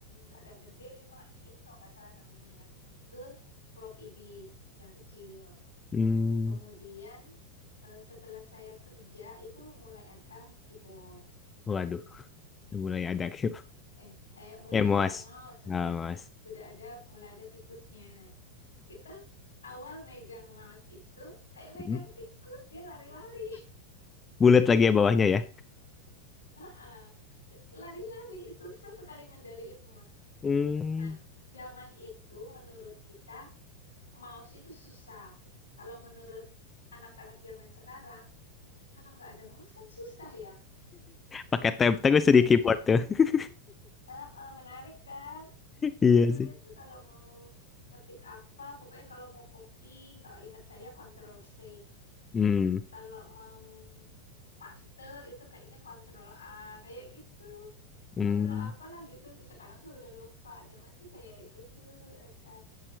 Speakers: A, on the left (about 70°); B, on the left (about 20°).
A: rada gede 5 in kalau nggak salah namanya ya, ke floppy disk yang kecil.
B: Hmm.
A: Kemudian eh, setelah saya kerja itu mulai ada keyboard.
B: Waduh, mulai ada <laughs> Q.
A: Eh, eh, mulai
B: Eh, Mas.
A: ada mouse, sorry.
B: Ah, Mas.
A: Sudah ada, mulai ada tikusnya. Kita awal megang mouse itu kayak megang
B: Hmm.
A: tikus, dia lari-lari.
B: Bulat lagi ya bawahnya ya.
A: <laughs> Heeh. Lari-lari, susah sekali ngendaliin mouse.
B: Hmm.
A: Nah, zaman itu menurut kita mouse itu susah. Kalau menurut anak-anak zaman sekarang, kalau nggak ada mouse kan susah ya.
B: Pakai tab terus
A: Nah,
B: di keyboard tuh. <laughs>
A: Eh, eh, menarik kan? Jadi
B: Iya
A: dulu
B: sih.
A: itu kalau mau ngetik apa, pokoknya kalau mau copy, kalau ingat saya Ctrl C.
B: Hmm.
A: Kalau mau paste itu kayaknya Ctrl A, kayak gitu.
B: Hmm.
A: Ctrl apalah gitu. Sekarang saya udah lupa. Zaman tuh kayak gitu, Reka.